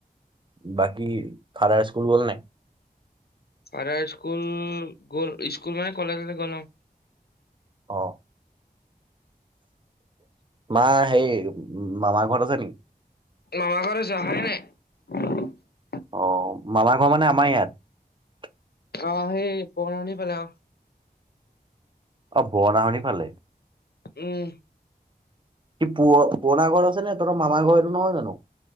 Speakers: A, on the right; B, on the left.
A: বাকী ফাদাৰ স্কুল গ'ল নাই।
B: আৰু স্কুল গ'ল স্কুল মানে কলেজলে গ'ল ন।
A: অ'। মা সেই মামাৰ ঘৰত আছে নেকি।
B: <unintelligible>
A: অ', মামা ঘৰ মানে আমাৰ ইয়াত।
B: অ' সেই বনানি ফালে অ'।
A: অ, বনাহনি ফালে।
B: উম।
A: কি প পনা গৰ তেনে তহতৰ মামাৰ ঘৰ এইটো নহয় জানো।